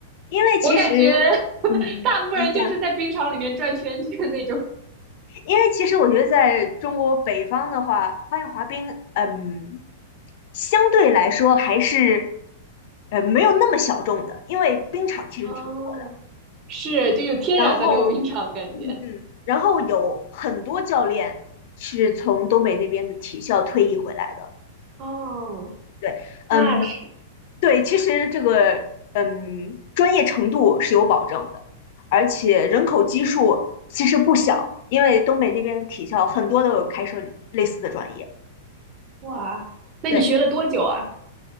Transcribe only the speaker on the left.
因为其实，
嗯嗯，
你讲。因为其实我觉得在中国北方的话，花样滑冰，嗯，相对来说还是，呃，没有那么小众的，因为冰场其实挺多的。
然后，嗯嗯，然后有很多教练是从东北那边的体校退役回来的。
对，嗯，
对，其实这个，嗯，专业程度是有保证的，而且人口基数其实不小，因为东北那边的体校很多都有开设类似的专业。
对，